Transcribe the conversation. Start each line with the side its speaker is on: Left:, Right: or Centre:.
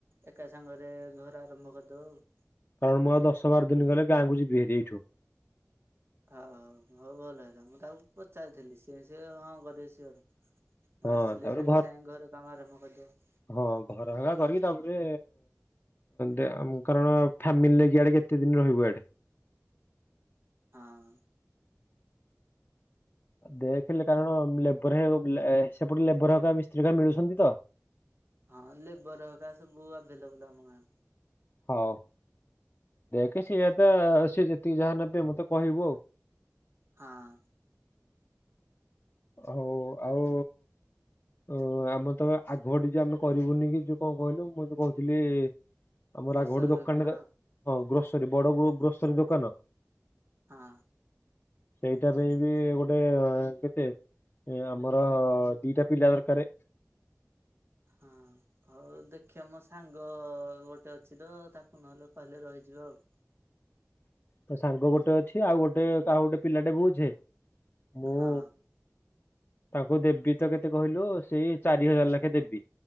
Right: ଏକା ସାଙ୍ଗରେ ଘର ଆରମ୍ଭ କରିଦବୁ ଆଉ।
Left: କାରଣ ମୁଁ ଆଉ ଦଶ ବାର ଦିନ ଗଲେ ଗାଁକୁ ଯିବି ହେରି ଏଇଠୁ।
Right: ଆଉ ହଉ ଭଲ ହେଲା ମୁଁ ତାକୁ ପଚାରିଥିଲି ସିଏ ସେହି ହଁ କରିବେ ସିଓର୍। ମୁଁ
Left: ହଁ
Right: ଆସିଲେ
Left: ତାପରେ
Right: ସାଙ୍ଗେ ସାଙ୍ଗେ ଘର କାମ ଆରମ୍ଭ କରିଦବ।
Left: ହଁ ଘର ଭଙ୍ଗା କରିକି ତାପରେ ଦେ କାରଣ ଫ୍ୟାମିଲି ନେଇକି ଆଡେ କେତେ ଦିନ ରହିବ ଇଆଡେ।
Right: ହଁ।
Left: ଦେଖେ କାରଣ ଲେବର ହେ ସେପଟେ ଲେବର ହ ମିସ୍ତ୍ରୀଙ୍କା ମିଳୁଛନ୍ତି ତ
Right: ହଁ ଲେବର ହକା ସବୁ ଆଭେଲେବୁଲ ଆମ ଗାଁରେ।
Left: ହଉ ଦେଖ ସିଏ ଏବେ ସିଏ ଯେତିକି ଯାହା ନେବେ ମତେ କହିବୁ ଆଉ।
Right: ହଁ
Left: ହଉ ଆଉ ଓ ଆମେ ତ ଆଗପଟେ ଯୋ ଆମେ କରିବୁନି କି ଯୋଉ କଣ କହିଲୁ ମୁଁ ଯୋଉ କହୁଥିଲି ଆମର
Right: ଗ୍ରୋସରୀ
Left: ଆଗ ପେଟ ଦୋକାନରେ
Right: ଦୋକାନ
Left: ହଁ ଗ୍ରୋସରୀ ବଡ ଗ୍ରୋ ଗ୍ରୋସରୀ ଦୋକାନ
Right: ହଁ
Left: ଏଇଟା ପାଇଁ ବି ଗୋଟେ କେତେ ଏଇ ଆମର ଦିଟା ପିଲା ଦରକାର।
Right: ହଁ ହଉ ଦେଖିବା ମୋ ସାଙ୍ଗ ଗୋଟେ ଅଛି ତ ତାକୁ ନହେଲେ କହିଲେ ରହିଯିବ ଆଉ।
Left: ତୋ ସାଙ୍ଗ ଗୋଟେ ଅଛି ଆଉ ଗୋଟେ କାହା ଗୋଟେ ପିଲାଟେ ବୁଛେ ମୁଁ
Right: ହଁ
Left: ତାଙ୍କୁ ଦେବି ତ କେତେ କହିଲୁ ସେଇ ଚାରି ହଜାର ଲାଖେ ଦେବି।